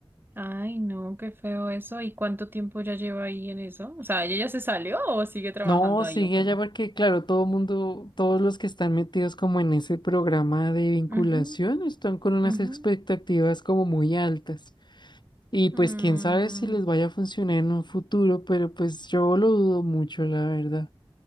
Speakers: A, on the right; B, on the left.
A: Ay, no, qué feo eso. ¿Y cuánto tiempo ya lleva ahí en eso? O sea, ¿ella ya se salió o sigue trabajando
B: No, sigue
A: ahí o cómo?
B: allá porque, claro, todo mundo, todos los que están metidos como en ese programa de vinculación
A: Ujú,
B: están con unas
A: ujú.
B: expectativas como muy altas. Y pues
A: Mm,
B: quién sabe si les vaya a funcionar en un futuro, pero pues yo lo dudo mucho, la verdad.